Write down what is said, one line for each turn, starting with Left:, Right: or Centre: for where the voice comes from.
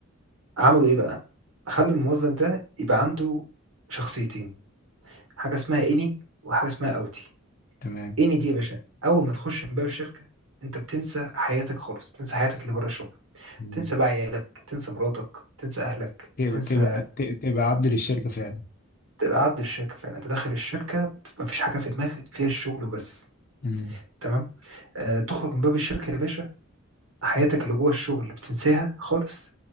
Right: عملوا ايه بقى خلوا الموظف ده يبقى عنده شخصيتين حاجة اسمها اني وحاجة اسمها اوتي
Left: تمام
Right: اني دي يا باشا اول ما تخش من باب الشركة انت بتنسى حياتك خالص تنسى حياتك اللي بره الشغل
Left: مم.
Right: تنسى بقى عيالك تنسى مراتك تنسى اهلك
Left: تبقى
Right: تنسى
Left: تبقى تبقى عبد للشركة فعلا
Right: تبقى عبد الشركه فعلا انت داخل الشركه مفيش حاجه في دماغك غير الشغل وبس
Left: مم.
Right: تمام آه تخرج من باب الشركه يا باشا حياتك اللي جوه الشغل بتنساها خالص